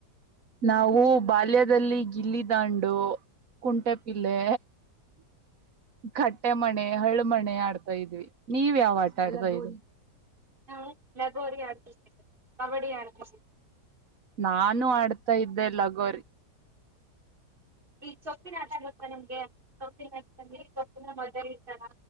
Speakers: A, on the right; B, on the right.
A: ನಾವು ಬಾಲ್ಯದಲ್ಲಿ ಗಿಿಲ್ಲಿದಂಡು ಕುಂಟೆ ಪಿಲ್ಲೆ ಕಟ್ಟೆ ಮಣೆ ಹಳು ಮಣೆ ಆಡ್ತಾ ಇದ್ವಿ ನೀವ್ ಯಾವ ಆಟ ಆಡ್ತಾ ಇದ್ವಿ
B: ನ ಲಗೋರಿ ಆಡತಿದ್ವಿ ಕಬಡಿ ಆರ್ಪ
A: ನಾನು ಆಡ್ತಾ ಇದ್ದೆ ಲಗೋರಿ
B: ಈ ಸೊಪ್ಪಿನಾಟ ಆಟ ಗೊತ್ತಾ ನಿಮ್ಗೆ ಸೊಪ್ಪಿ ನಾಂದ್ರೆ ಸೊಪ್ಪಿನ ಮದ್ ತಾರ